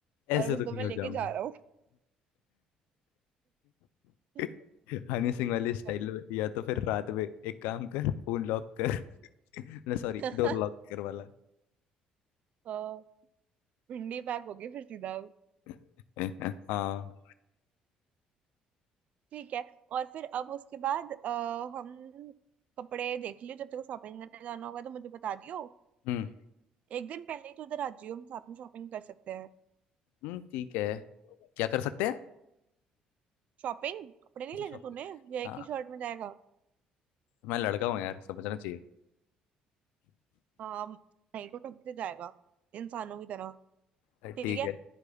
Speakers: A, on the right; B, on the left.
A: और
B: ऐसे
A: अब इसको
B: तो नहीं
A: मैं
B: हो
A: लेके
B: जाऊंगा
A: जा रहा हूँ <laughs>
B: <laughs> हनी सिंह वाली स्टाइल
A: सॉर्टेड
B: में या तो फिर रात में एक काम कर फोन लॉक कर <laughs> ना सॉरी
A: <laughs>
B: डोर लॉक कर वाला
A: हाँ भिंडी पैक होगी फिर सीधा अब।
B: <laughs> हाँ
A: ठीक है और फिर अब उसके बाद अ, हम कपड़े देख लियो जब तेरे को शॉपिंग करने जाना होगा तो मुझे बता दियो
B: हम्म
A: एक दिन पहले ही तो उधर आ जियो हम साथ में शॉपिंग कर सकते हैं
B: हम्म, ठीक है क्या कर सकते हैं
A: शॉपिंग कपड़े नहीं
B: अच्छा
A: लेने
B: शॉपिंग
A: तूने या एक
B: हाँ
A: ही शर्ट में जाएगा
B: मैं लड़का हूँ यार समझना चाहिए
A: हाँ नहीं तो ढंग से जाएगा इंसानों की तरह
B: अ,
A: ठीक
B: ठीक
A: है
B: है